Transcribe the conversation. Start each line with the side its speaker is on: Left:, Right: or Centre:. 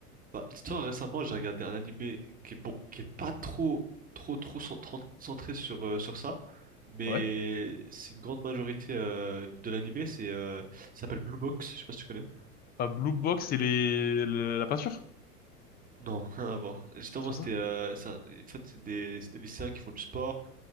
Right: Bah, dis-toi, récemment, j'ai regardé un animé qui est bon, qui est pas trop, trop, trop cent- tran- centré sur, euh, sur ça. Mais
Left: Ouais.
Right: c'est une grande majorité euh, de l'animé, c'est, euh, ça s'appelle Blue Box, je sais pas si tu connais.
Left: Pas Blue Box et les le- la peinture?
Right: Non, <laughs> rien à voir. Justement,
Left: Ah, C'est pas
Right: c'était,
Left: ça?
Right: euh, c'est un- en fait, c'est des, c'est des lycéens qui font du sport.